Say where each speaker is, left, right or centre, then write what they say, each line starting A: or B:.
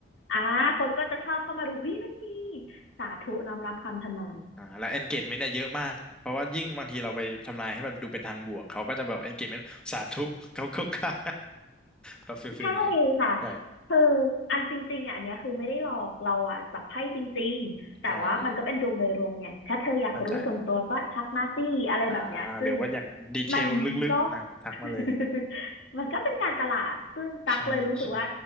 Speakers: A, on the left; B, in the centre.
A: อ่าคนก็จะชอบเข้ามาดูเฮ้ยมันมีสาธุน้อมรับคำทำนาย
B: อ่าแล้ว engagement เนี่ยเยอะมากเพราะว่ายิ่งบางทีเราไปทำนายให้มันดูเป็นทางบวกเขาก็จะแบบ engagement สาธุ <laughs> เขาเขา <laughs> เขาแบบฟิลฟิลนี้
A: ใช่ค่ะ
B: ใช่
A: คืออันจริงๆอ่ะอันเนี้ยคือไม่ได้หลอกเราอ่ะจับไพ่จริงๆแต่ว่ามันก็เป็นดวงโดยรวมไงถ้าเธออยากรู้ส่วนตัวก็ทักมาสิอะไรแบบเนี้ยซึ่ง
B: อ่าเข้าใจ อ่าหรือว่าอยากดีเทลลึกๆนะบอกทักมาเลย
A: มันก็ <laughs> มันก็เป็นการตลาดซึ่งตักเลยรู้สึกว่า
B: ใช่ใช่